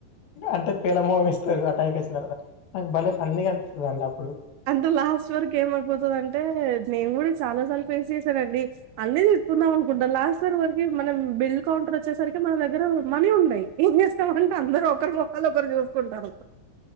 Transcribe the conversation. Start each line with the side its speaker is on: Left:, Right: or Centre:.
Left: అంటే పేలమొకం వేస్తారు కదా నాకు భలే ఫన్నీగా అనిస్తది అండి అప్పుడు
Right: అందులా లాస్ట్ వరకు గేమ్ ఏమయిపోతదంటే నేను కూడా చాలా సార్లు ఫేస్ చేసానండి అన్ని తీసుకుందాం అనుకుంటం లాస్ట్ ఇయర్ వరకి మనం బిల్ కౌంటర్ వచ్చేసరికి మన దగ్గర మనీ ఉన్నాయిం చే టే అందరు ఒకరి మోకాలు ఒకరు చూసుకుంటారు